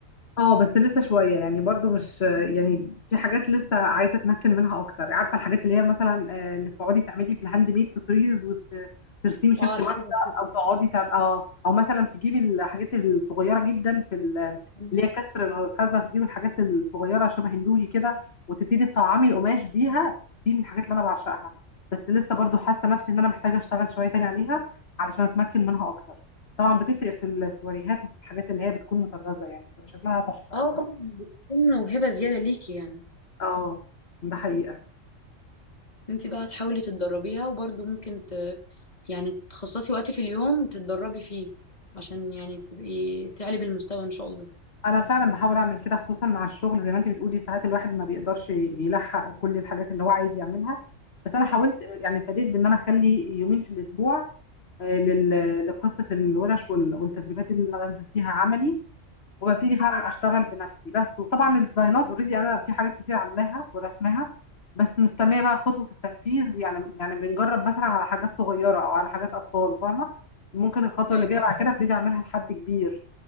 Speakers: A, on the left (about 50°); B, on the left (about 30°).
A: اه بس لسه شوية يعني برضو مش يعني في حاجات لسه عايزة اتمكن منها اكتر عارفة الحاجات اللي هي مثلا آه، انك تقعدي تعملي بالهاند ميد تطريز وترسمي شكل
B: اه الحاجات
A: واحدة
B: البسيطة
A: او تقعدي تعم... اه او مثلا تجيبي الحاجات الصغيرة جدا في ال...
B: مم.
A: اللي هي كسر الخزف دي والحاجات الصغيرة شبه النولي كده وتبتدي تطعمي القماش بيها دي من الحاجات اللي انا بعشقها بس لسه برضو حاسة نفسي ان انا محتاجة اشتغل شوية تاني عليها علشان اتمكن منها اكتر طبعا بتفرق في السواريهات وفي الحاجات اللي هي بتكون مطرزه يعني بتبقى شكلها تحفه
B: اه
A: قوي
B: طبعا بتكون موهبة زيادة ليكي يعني
A: اه ده حقيقه
B: انت بقى هتحاولي تتدربيها وبرضه ممكن ت... يعني تخصصي وقت في اليوم تتدربي فيه عشان يعني تبقي تعلي بالمستوى ان شاء الله
A: انا فعلا بحاول اعمل كده خصوصا مع الشغل زي ما انت بتقولي ساعات الواحد ما بيقدرش يلحق كل الحاجات اللي هو عايز يعملها بس انا حاولت
B: مم.
A: يعني ابتديت بان انا اخلي يومين في الاسبوع آه، لل- لقصه الورش وال- والتدريبات اللي انا بنزل فيها عملي وببتدي فعلا اشتغل بنفسي بس وطبعا الديزاينات اوريدي انا في حاجات كتير عاملاها ورسمها بس مستنيه بقى خطوه التنفيذ يعني يعني بنجرب مثلا على حاجات صغيره او على حاجات اطفال فاهمه ممكن الخطوه
B: ايوه
A: اللي جايه بعد كده ابتدي اعملها لحد كبير